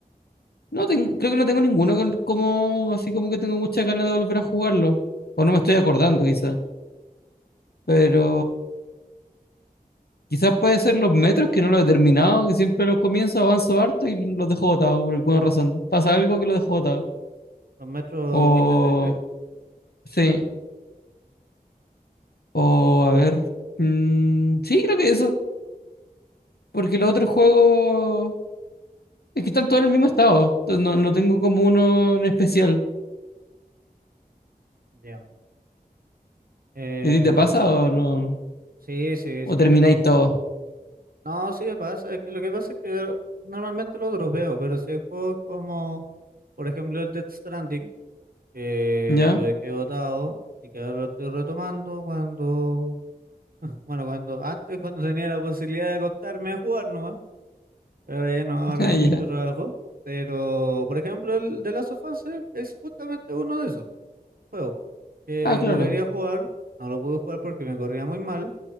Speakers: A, on the left; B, on the right.
A: No tengo, creo que no tengo ninguno con- como así como que tengo muchas ganas de volver a jugarlo. O no me estoy acordando quizá. Pero Quizás puede ser los metros, que no lo he terminado, que siempre los comienzo, avanzo harto y los dejo botados por alguna razón. Pasa algo que los dejo botados.
B: ¿Los metros
A: O,
B: tres?
A: sí, o a ver. mm, sí, creo que eso. Porque los otros juegos es que están todos en el mismo estado. Entonces no, no tengo como uno en especial.
B: Ya. Eh,
A: ¿Y a ti te pasa o no?
B: sí, sí, sí.
A: ¿O termináis todo?
B: No, sí me pasa. Es que lo que pasa es que normalmente lo dropeo, pero si hay juegos como, por ejemplo, el Death Stranding. que
A: ¿Ya?
B: lo dejé botado y que ahora lo estoy retomando cuando, bueno, cuando antes, cuando tenía la posibilidad de acostarme a jugar nomás, pero ahora ya no, ahora
A: <laughs>
B: hay
A: Ah, ¿Ya?
B: mucho trabajo. Pero, por ejemplo, el de Last of Us es es justamente uno de esos juegos que
A: Ah, claro.
B: lo quería jugar, no lo pude jugar porque me corría muy mal,